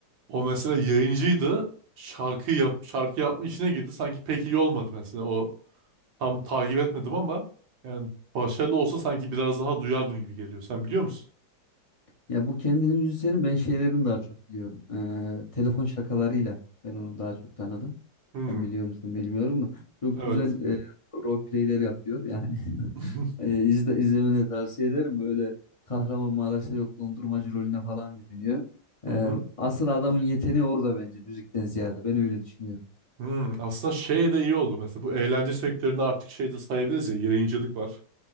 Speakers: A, on the right; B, on the left.
A: O mesela yayıncıydı. Şarkı yap şarkı yapma işine girdi. Sanki pek iyi olmadı mesela o Tam takip etmedim ama yani başarılı olsa sanki biraz daha duyardım gibi geliyor. Sen biliyor musun?
B: Ya bu kendini müzisyenin ben şeylerini daha çok biliyorum. Ee, telefon şakalarıyla ben onu daha çok tanıdım.
A: Hmm,
B: Sen biliyor musun bilmiyorum da çok
A: evet.
B: güzel e, role playler yapıyor. Yani
A: <laughs>
B: <laughs> e, izle, izlemeni tavsiye ederim. Böyle Kahramanmaraş'ta yok dondurmacı rolüne falan bürünüyor.
A: Hı
B: Ee,
A: hı.
B: asıl adamın yeteneği orada bence müzikten ziyade. Ben öyle düşünüyorum.
A: Hmm, aslında şey de iyi oldu. Mesela bu eğlence sektöründe artık şey de sayabiliriz ya yayıncılık var.